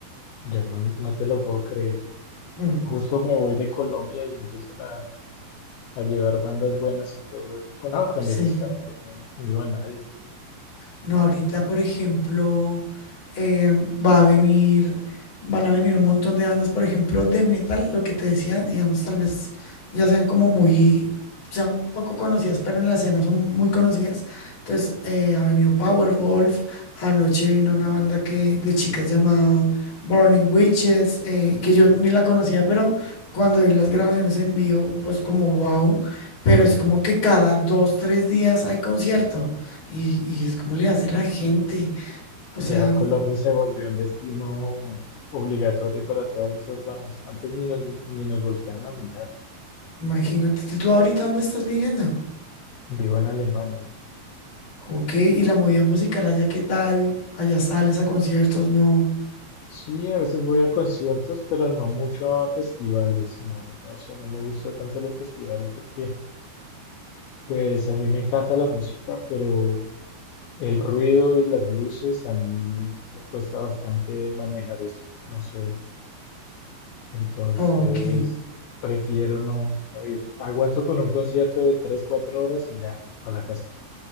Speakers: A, on the left; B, on the left.
A: Yo no, no te lo puedo creer.
B: Mm,
A: Justo me voy de Colombia y empiezan a, a llevar bandas buenas y todo. No, cuando
B: sí.
A: yo estaba allá no, no iba nadie.
B: No, ahorita, por ejemplo, eh, va a venir, van a venir un montón de bandas, por ejemplo, de metal, lo que te decía, digamos, tal vez ya sean como muy, sean poco conocidas, pero en la escena son muy conocidas. Entonces, eh, ha venido Powerwolf, anoche vino una banda que, de chicas llamada Burning Witches, eh, que yo ni la conocía, pero cuando vi las grabaciones en vivo, pues como wow, pero es como que cada dos, tres días hay concierto. Y, y es como le hace la gente. O sea,
A: Ya Colombia se volvió un destino obligatorio para todas esas bandas. Antes ni nos, ni nos volteaban a mirar.
B: imagínate, ¿tú ahorita dónde estás viviendo?
A: Vivo en Alemania.
B: Ok, y la movida musical allá, ¿qué tal? Allá sales a conciertos, no.
A: Sí, a veces voy a conciertos, pero no mucho a festivales. No, no sé, no me gusta tanto los festivales porque Pues a mí me encanta la música, pero el ruido y las luces a mí me cuesta bastante manejar eso, no sé. Entonces
B: Ok,
A: prefiero no, no ir. Aguanto con un concierto de 3 4 horas y ya, para la casa.